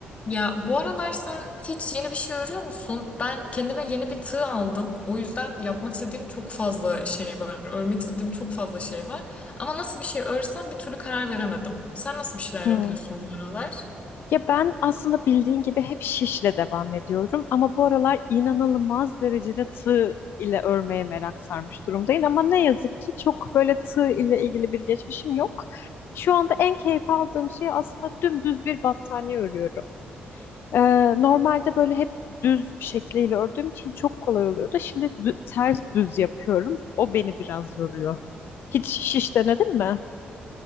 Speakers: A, on the left; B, on the left.
A: Ya bu aralar sen hiç yeni bir şey örüyor musun? Ben kendime yeni bir tığ aldım. O yüzden yapmak istediğim çok fazla şey var. Örmek istediğim çok fazla şey var. Ama nasıl bir şey örsem bir türlü karar veremedim. Sen nasıl bir şeyler
B: Hı.
A: yapıyorsun bu aralar?
B: Ya ben aslında bildiğin gibi hep şişle devam ediyorum ama bu aralar inanılmaz derecede tığ ile örmeye merak sarmış durumdayım ama ne yazık ki çok böyle tığ ile ilgili bir geçmişim yok. Şu anda en keyif aldığım şey aslında dümdüz bir battaniye örüyorum. Ee, normalde böyle hep düz şekliyle ördüğüm için çok kolay oluyordu. Şimdi dü- ters düz yapıyorum. O beni biraz yoruyor. Hiç şiş denedin mi?